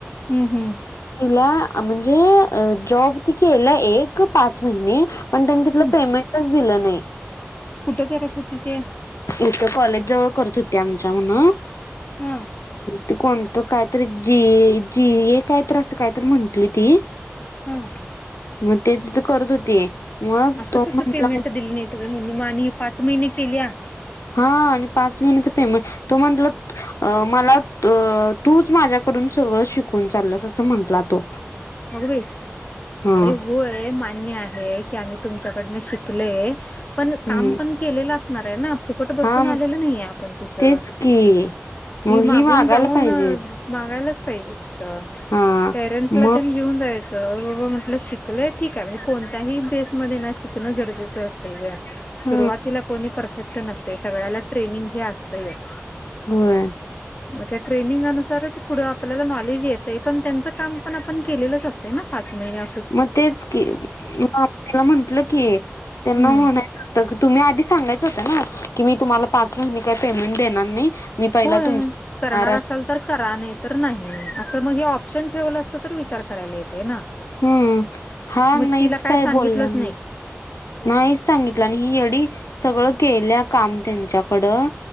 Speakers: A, on the left; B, on the left.
A: हम्म हम्म.
B: तिला म्हणजे जॉब ती केला एक पाच महिने पण त्यांनी तिथलं
A: हम्म
B: पेमेंटच दिलं नाही
A: कुठं करत होती ते?
B: इथं कॉलेजजवळ करत होती आमच्या म्हण
A: हा
B: ते कोणतं काय तरी जी ए जी ए काय तर असं काय तर म्हंटली ती
A: हम.
B: म तेच तिथं करत होती. मग
A: असं
B: तो
A: कसं
B: म्हंटला
A: पेमेंट दिलं नाहीत गं हेनी मग आणि ही पाच महिने केलीया?
B: हा आणि पाच महिन्याच पेमेंट तो म्हटलं अ मला अ तूच माझ्याकडून सगळं शिकून चालल्यास असं म्हंटला तो.
A: अगं बाई!
B: हा
A: अरे होय मान्य आहे की आम्ही तुमच्याकडन शिकलयं पण काम
B: हम्म
A: पण केलेलं असणार आहे ना फुकट बसून
B: हा मग
A: आलेलं नाहीये आपण तिथं.
B: तेच की मग
A: हि मागून
B: ही मागायला
A: जाऊन
B: पाहिजेत
A: मागायलाच पाहिजे तिथं,
B: हा
A: पेरेंट्सला
B: मग
A: त्यांनी घेऊन जायचं बाबा म्हटलं शिकलयं ठीक हाय, म्हणजे कोणत्याही बेसमध्ये ना शिकणं गरजेचं असतंय गं
B: ह
A: सुरुवातीला कोणी परफेक्ट नसतयं सगळ्याला ट्रेनिंग हे असतंयच.
B: होय
A: मग त्या ट्रेनिंगानुसारच पुढं आपल्याला नॉलेज येतंय पण त्यांचं काम पण आपण केलेलंच असतयं ना? पाच महिन्यांत
B: मग तेच की तीला म्हंटलं की त्यांना
A: हम्म
B: म्हणाय च तुम्ही आधी सांगायचं होतं ना की मी तुम्हाला पाच महिने काय पेमेंट देणार नाही मी पहिला
A: होय
B: तुमचा
A: करणार असाल तर करा नाही तर नाही असं मग हे ऑप्शन ठेवलं असत तर विचार करायला येतयं ना.
B: हम हा
A: मग
B: नाहीच
A: तिला काय
B: काही
A: सांगितलंच
B: बोलला नाही. नाहीच सांगितला, आणि ही येडी सगळं केल्या काम त्यांच्याकडं